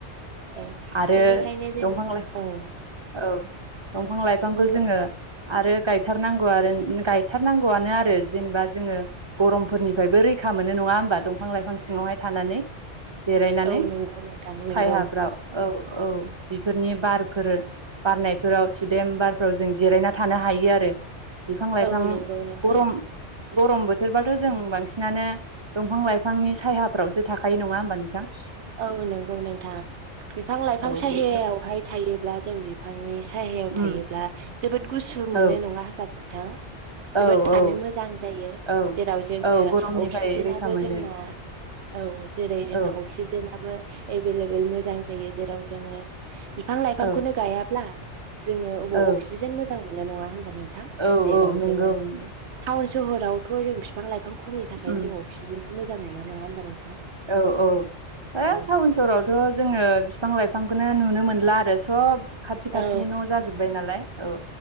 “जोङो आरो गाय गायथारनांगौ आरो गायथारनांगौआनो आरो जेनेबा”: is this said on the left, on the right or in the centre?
Right